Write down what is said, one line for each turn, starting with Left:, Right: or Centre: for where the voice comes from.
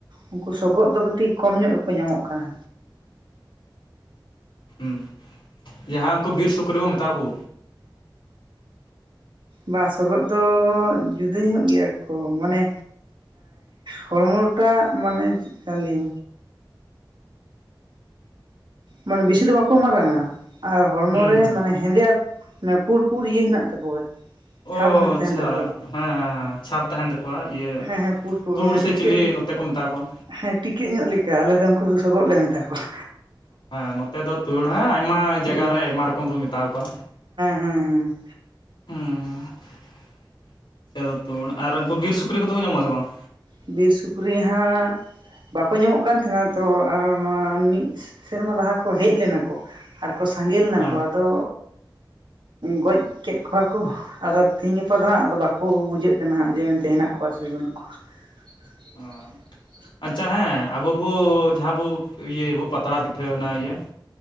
Right: ᱩᱱᱠᱩ ᱥᱚᱜᱚᱫ ᱫᱚ ᱠᱟᱹᱴᱤᱡ ᱠᱚᱢ ᱧᱚᱜ ᱜᱮᱠᱚ ᱧᱟᱢᱚᱜ ᱠᱟᱱᱟ᱾
Left: ᱦᱩᱸ ᱡᱟᱦᱟᱸ ᱩᱱᱠᱩ ᱵᱤᱨ ᱥᱩᱠᱨᱤ ᱵᱚ ᱢᱮᱛᱟᱣᱟ ᱠᱚ᱾
Right: ᱵᱟ ᱥᱚᱜᱚᱜ ᱫᱚ ᱡᱩᱫᱟᱹ ᱧᱚᱜ ᱜᱮᱭᱟ ᱠᱚ ᱢᱟᱱᱮ ᱦᱚᱲᱢᱚ ᱴᱟᱜ ᱢᱟᱱᱮ ᱪᱮᱫ ᱞᱮᱠᱟᱧ ᱞᱟᱹᱭ, ᱢᱟᱱᱮ ᱵᱤᱥᱤ ᱫᱚ ᱵᱟᱠᱚ ᱢᱟᱨᱟᱝᱟ ᱟᱨ ᱦᱚᱲᱢᱚ
Left: ᱦᱩᱸ
Right: ᱨᱮ
Left: ᱦᱩᱸ
Right: ᱢᱟᱱᱮᱼᱼ ᱦᱮᱸᱫᱮ ᱟᱨ ᱢᱟᱱᱮ ᱯᱩᱲᱯᱩᱨᱲ ᱤᱭᱟᱹ ᱦᱮᱱᱟᱜ ᱛᱟᱠᱚᱣᱟ, ᱪᱷᱟᱯ
Left: ᱚ
Right: ᱦᱮᱱᱟᱜ
Left: ᱟᱪᱪᱷᱟ
Right: ᱛᱟᱦᱮᱱ ᱛᱟᱠᱚᱣᱟ
Left: ᱦᱮᱸ ᱦᱮᱸ ᱦᱮᱸ ᱪᱷᱟᱯ ᱛᱟᱦᱮᱱ ᱛᱟᱠᱚᱼᱼ ᱠᱚᱣᱟ ᱤᱭᱟᱹ
Right: ᱦᱮᱸ ᱦᱮᱸ ᱯᱩᱲ ᱯᱩᱲ
Left: ᱛᱩᱲ
Right: ᱚᱱᱮ
Left: ᱥᱮ
Right: ᱴᱤᱠᱟᱹᱜ
Left: ᱪᱤᱞᱤ ᱱᱚᱛᱮ ᱠᱚ ᱢᱮᱛᱟᱣ ᱠᱚᱣᱟ᱾
Right: ᱦᱮᱸ ᱴᱤᱠᱟᱹᱜ ᱧᱚᱜ ᱞᱮᱠᱟ ᱟᱞᱮ ᱫᱚ ᱩᱝᱠᱩ ᱫᱚ ᱥᱚᱜᱚᱜ ᱞᱮ ᱢᱮᱛᱟ ᱠᱚᱣᱟ᱾
Left: <unintelligible> ᱱᱚᱛᱮ ᱫᱚ ᱛᱩᱲ ᱦᱟᱸ ᱟᱭᱢᱟ ᱡᱟᱭᱜᱟ
Right: ᱦᱮᱸ
Left: ᱨᱮ ᱟᱭᱢᱟ ᱨᱚᱠᱚᱢ ᱵᱚᱱ ᱢᱮᱛᱟᱣ ᱠᱚᱣᱟ᱾
Right: ᱦᱮᱸ ᱦᱮᱸ
Left: <unintelligible> ᱛᱩᱲ ᱟᱨ ᱩᱝᱠᱩ ᱵᱤᱨ ᱥᱩᱠᱨᱤ ᱠᱚᱫᱚ ᱠᱚ ᱧᱟᱢᱚᱜ ᱟᱥᱮ ᱵᱟᱝ?
Right: ᱵᱤᱨ ᱥᱩᱠᱨᱤ ᱦᱟᱸᱜ ᱵᱟᱠᱚ ᱧᱟᱢᱚᱜ ᱠᱟᱱ ᱛᱟᱸᱦᱮᱱᱟ ᱛᱚ ᱟᱨ ᱱᱚᱣᱟ ᱢᱤᱫ ᱥᱮ ᱥᱮᱨᱢᱟ ᱞᱟᱦᱟ ᱠᱚ ᱦᱮᱡ ᱞᱮᱱᱟ ᱠᱚ ᱟᱨᱼᱼ ᱠᱚ ᱥᱟᱸᱜᱮ ᱞᱮᱱᱟ
Left: ᱦᱮᱸ
Right: ᱠᱚ ᱟᱫᱚ ᱜᱚᱡᱽ ᱠᱮᱫ ᱠᱚᱣᱟ ᱠᱚ᱾ ᱟᱫᱚ ᱛᱮᱦᱤᱧ ᱜᱟᱯᱟ ᱫᱚ ᱦᱟᱸᱜ ᱵᱟᱠᱚ ᱵᱩᱡᱷᱟᱹᱜ ᱠᱟᱱᱟ ᱦᱟᱸᱜ ᱡᱮ ᱢᱮᱱᱛᱮ ᱦᱮᱱᱟᱜ ᱠᱚᱣᱟ ᱥᱮ ᱵᱟᱹᱱᱩᱜ ᱠᱚᱣᱟ᱾ <unintelligible>
Left: ᱚ ᱟᱪᱪᱷᱟ ᱦᱮᱸ ᱟᱵᱚ ᱵᱚ ᱡᱟᱦᱟᱸ ᱵᱚ ᱤᱭᱟᱹᱭᱟᱵᱚ ᱯᱟᱛᱲᱟ ᱯᱤᱴᱷᱟᱹ ᱚᱱᱟ ᱤᱭᱟᱹ-